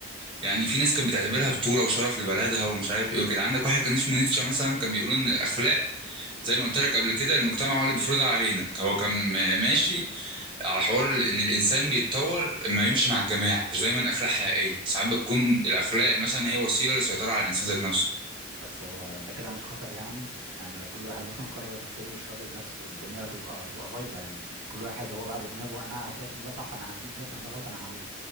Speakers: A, on the right (about 25°); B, on the right (about 60°).
A: يعني في ناس كانت بتعتبرها بطولة وشرف لبلدها ومش عارف ايه وكده عندك واحد كان اسمه نيتشه مثلا كان بيقول ان الاخلاق زي ما قلت لك قبل كده المجتمع هو اللي بيفرضها علينا هو كان ماشي على حوار ان الانسان بيتطور اما يمشي مع الجماعة مش دايما اخلاق حقيقية ساعات بتكون الاخلاق مثلا هي وسيلة للسيطرة على الانسان ذات نفسه
B: بس هو ده كده مش خطر يعني يعني لو كل واحد مثلا قرر الخير والشر بنفسه الدنيا هتبقى هتبقى بايظة يعني كل واحد هو بقى بدماغه انا شايف ان ده صح انا هعمله انا شايف ان ده غلط انا هعمله